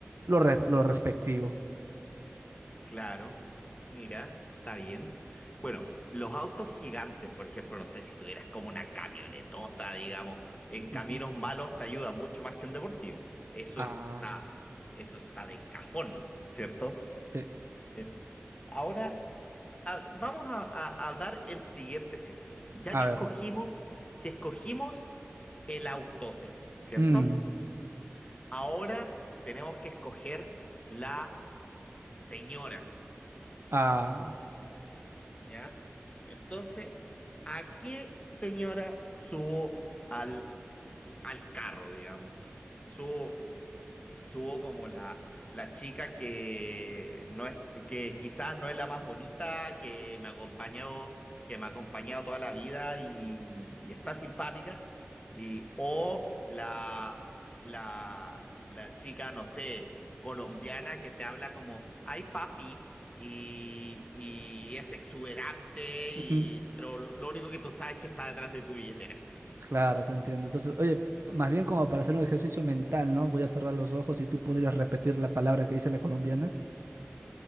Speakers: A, on the right; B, on the left.
A: lo, re- lo respectivo.
B: Claro, mira, está bien. Bueno, los autos gigantes, por ejemplo, no sé si tuvieras como una camionetota, digamos, en caminos
A: Ujú.
B: malos te ayuda mucho más que un deportivo. Eso
A: Ah,
B: está, eso está de cajón, ¿cierto?
A: sí.
B: Eh, Ahora, a- vamos a, a a dar el siguiente escenario. Ya
A: A
B: que
A: ver.
B: escogimos, si escogimos el autote, ¿cierto?
A: Mm,
B: Ahora tenemos que escoger la señora.
A: ah.
B: ¿Ya? Entonces, ¿a qué señora subo al, al carro, digamos? Subo subo como la, la chica que no es, que quizás no es la más bonita, que me ha acompañado, que me ha acompañado toda la vida y, y está simpática. Y, o la, la, la chica, no sé, colombiana que te habla como, ay papi. Y, y es exuberante,
A: <laughs>
B: y, pero lo único que tú sabes es que está detrás de tu billetera.
A: Claro, te entiendo. Entonces, oye, más bien como para hacer un ejercicio mental, ¿no? Voy a cerrar los ojos y tú podrías repetir la palabra que dice la colombiana.